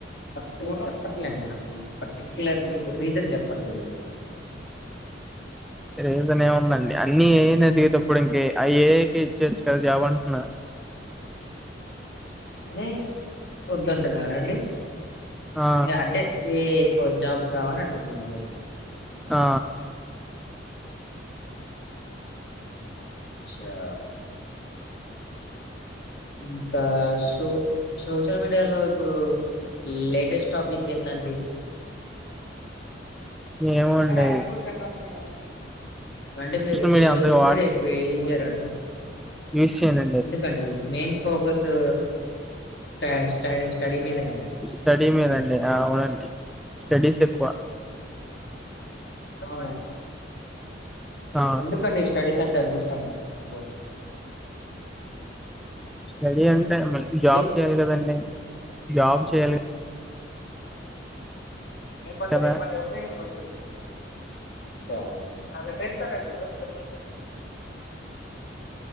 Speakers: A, on the left; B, in the centre.
A: కరెక్టుగా చెప్పట్లే అండి నాకి పర్టిక్యులర్ రీ రీజన్ చెప్పట్లేదు
B: రీజన్ ఏముందండి అన్నీ ఏఐని అడిగేటప్పుడు ఇంక అ ఏఐకే ఇచ్చేయచ్చు కదా జాబు అంటున్నా
A: అని వద్దంటున్నారండీ
B: ఆ
A: ఇంక అంటే ఏ ఎక్కువ జాబ్స్ రావని అంటున్నారు మీరు
B: ఆ
A: చ్చా ఇంత సో సోషల్ మీడియాలో ఇప్పుడు లేటెస్ట్ టాపిక్ ఏందండి
B: ఏమో అండి
A: అరే అన్ని కొట్టానురా నేను అంటే మీరు
B: మీడియా
A: సోషల్
B: అంతగా
A: మీడియా ఎక్కువ యూజ్ చెయ్యరాండి
B: యూస్ చేయనం
A: ఎందుకండి మెయిన్ ఫోకసు స్ట స్ట స్టడీ మీదనే
B: స్టడీ మీదండి ఆ అవునండి స్టడీస్ ఎక్కువ
A: ఆ
B: ఆ
A: ఎందుకండి స్టడీస్ అంటే అంతిష్టం మీకు
B: స్టడీ అంటే మ
A: అంతే
B: జాబ్ చేయాలి కదండి జాబ్ చేయాలి
A: అవున్లేండి
B: కదా